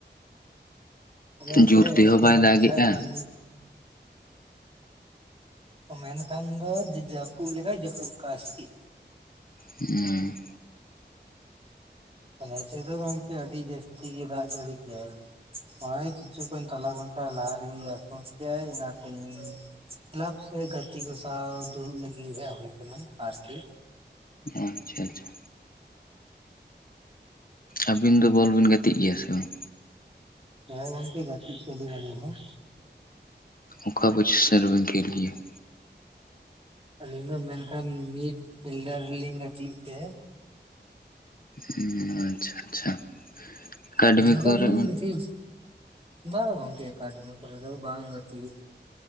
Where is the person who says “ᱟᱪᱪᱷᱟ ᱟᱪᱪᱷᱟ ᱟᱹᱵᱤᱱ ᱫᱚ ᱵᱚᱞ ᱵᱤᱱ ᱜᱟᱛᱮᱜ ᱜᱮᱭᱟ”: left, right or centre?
Left